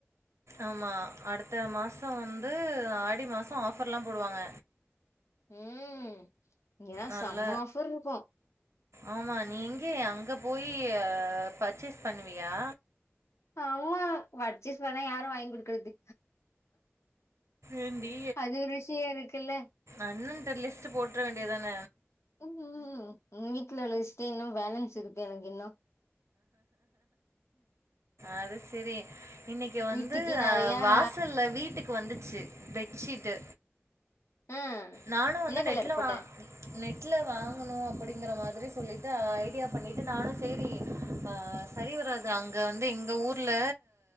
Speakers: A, on the right (about 80°); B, on the left (about 75°).
A: ஆமா அடுத்த மாசோ வந் து ஆடி மாசோ ஆஃபர்லா போடுவாங்க
B: ம் இங்கியெல்லா
A: நல்ல
B: சம்ம ஆஃபர்ருக்கு
A: ஆமா நீ எங்கே அங்க போயி அ பர்ச்சேஸ் பண்ணுவியா
B: அம்மா வட்சேஸ் பண்ணா யாரு வாய்ங் குடுக்கறது
A: ஏண்டி
B: அது ஒரு விஷயம் இருக்குல்ல.
A: அண்ணன்ட்ட லிஸ்ட்டு போட்ற வேண்டியதான
B: ம் ம் ம் வீட்ல உள்ள லிஸ்டே இன்னு பேலன்ஸ் இருக்கு எனக்கு இன்னு
A: அது செரி இன்னிக்கி வந்து
B: வீட்டுக்கே
A: அ
B: நெறையா
A: வாசல்ல வீட்டுக்கு வந்திச்சு பெட்ஷீட்டு
B: ஆ
A: நானு வந்து
B: என்ன கலர்
A: நெட்ல
B: போட்ட
A: வா நெ ட்ல வாங்கணு அப்படிங்கற மாதிரி சொல்லிட்டு அ ஐடியா பண்ணிட்டு நானு சேரி அ சரி வராது அங்க வந்து எங்க ஊர்ல